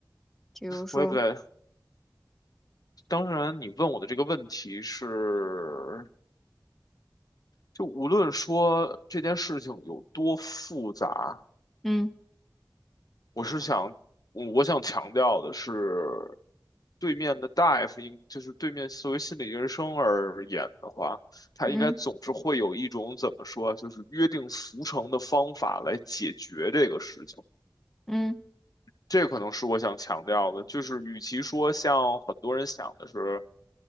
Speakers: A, in the centre; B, on the left (about 55°).
A: 比如说，
B: 我也不太，当然，你问我的这个问题是，就无论说这件事情有多复杂，
A: 嗯
B: 我是想，我我想强调的是，对面的大夫应，就是对面作为心理医生而言的话，他应该总是会有一种怎么说，
A: 嗯
B: 就是约定俗成的方法来解决这个事情。
A: 嗯
B: 这可能是我想强调的，就是与其说像很多人想的是。